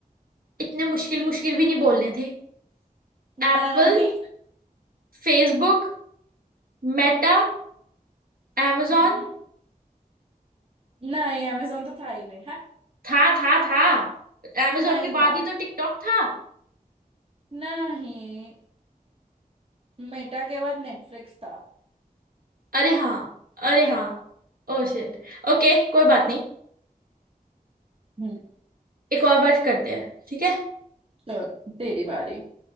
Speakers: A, on the right (about 70°); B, on the right (about 40°).
A: इतने मुश्किल मुश्किल भी नहीं बोलने थे
B: नहीं
A: Apple Facebook Meta amazon
B: हम्म नहीं amazon तो था ही नहीं है
A: था था था amazon
B: नहीं
A: के बाद
B: था
A: ही तो टिकटॉक था
B: नहीं मेटा के बाद नेटफ्लिक्स था
A: अरे हाँ अरे हाँ Oh shit ओके कोई बात नहीं
B: हम्म
A: एक और बार करते हैं ठीक है
B: चल तेरी बारी